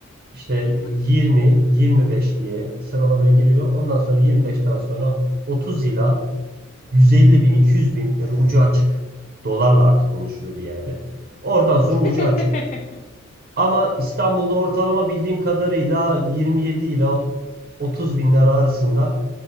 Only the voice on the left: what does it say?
hı
hı.
<laughs>